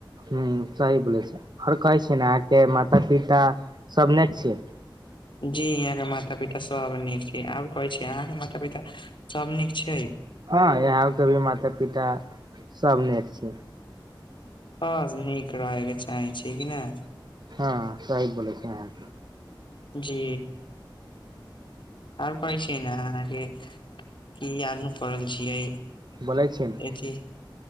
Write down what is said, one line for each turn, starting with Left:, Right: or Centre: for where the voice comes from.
Right: ह सही बोलै छै आओर कहै छ ने अहाँके माता पिता सबने छियै।
Left: जी यहाँ के माता पिता सब नीक छै आब कहै छी अहाँ के माता पिता सब नीक छै
Right: हँ यहा भी माता पिता सब निक छै
Left: ह नीक रहे के चाहे छै कि नय
Right: हँ सहि बोले छै अहा के
Left: जी आओर कहै छी ने अहाँके की आानू पड़ल छियै
Right: बोलै छियै ने
Left: अथी